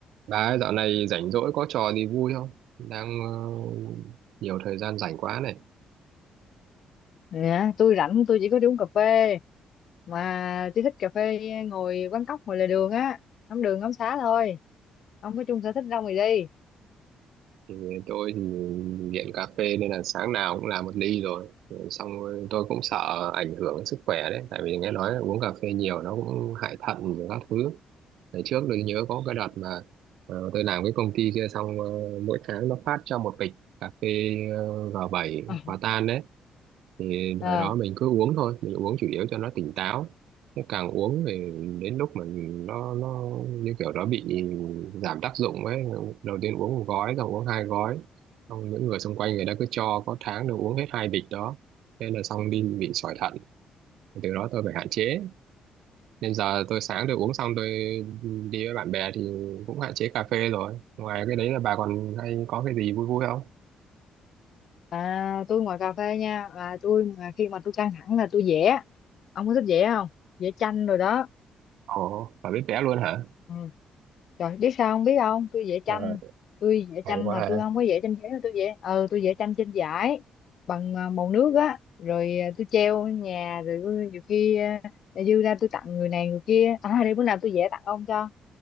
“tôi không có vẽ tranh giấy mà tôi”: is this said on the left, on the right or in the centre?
Left